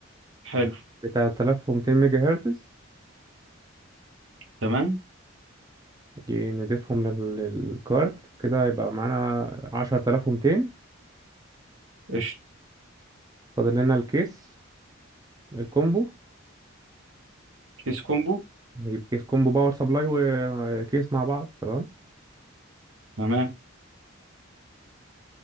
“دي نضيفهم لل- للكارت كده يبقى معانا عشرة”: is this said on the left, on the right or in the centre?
Right